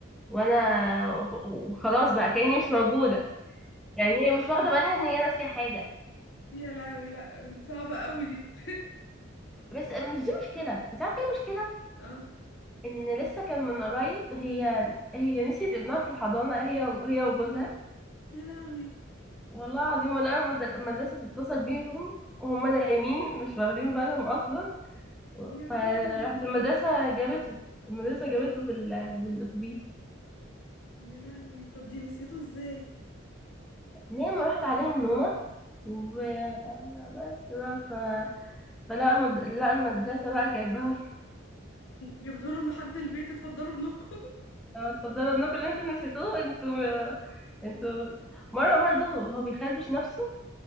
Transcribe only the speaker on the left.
يا لهوي لا دي صعبة قوي دي
اه
يا لهوي
يا
عيني
يا لهوي طب دي نسيته ازاي
جبتوا لهم لحد البيت اتفضلوا ابنكم <laughs>